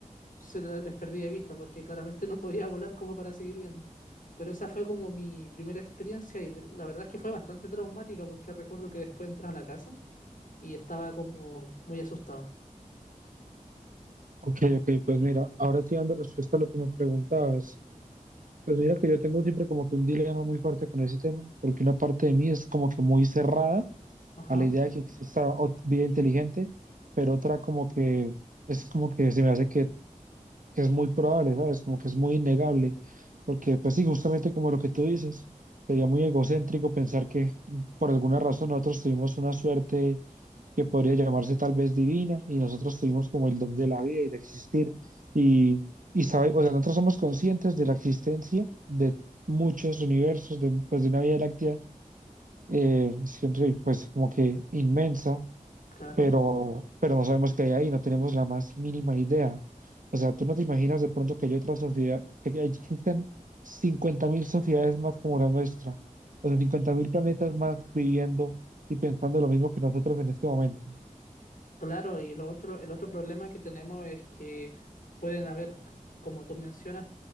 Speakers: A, on the left; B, on the right.
A: se le- les perdí de vista porque claramente no podía volar como para seguir viendo. Pero esa fue como mi primera experiencia y de- la verdad es que fue bastante traumática porque recuerdo que después entré a la casa y estaba como muy asustado.
B: Ok, ok, pues mira, ahora sí dando respuesta a lo que me preguntabas. Pues mira que yo tengo siempre como que un dilema muy fuerte con ese tema, porque una parte de mí es como que muy cerrada
A: Ajá,
B: a la idea de que exista ot- vida inteligente, pero otra como que es como que se me hace que que es muy probable, ¿sabes? Como que es muy innegable, porque pues sí, justamente como lo que tú dices, sería muy egocéntrico pensar que por alguna razón nosotros tuvimos una suerte que podría llamarse tal vez divina y nosotros tuvimos como el don de la vida y de existir y, y sabe, o sea, nosotros somos conscientes de la existencia de muchos universos, de, pues de una Vía Láctea, eh, siempre, pues como que inmensa
A: claro.
B: pero, pero no sabemos qué hay ahí, no tenemos la más mínima idea. O sea, tú no te imaginas de pronto que hay otras sociedades que que existen 50.000 sociedades más como la nuestra, o sea, 50.000 planetas más viviendo y pensando lo mismo que nosotros en este momento.
A: Claro, y lo otro, el otro problema que tenemos es que pueden haber, c- como tú mencionas,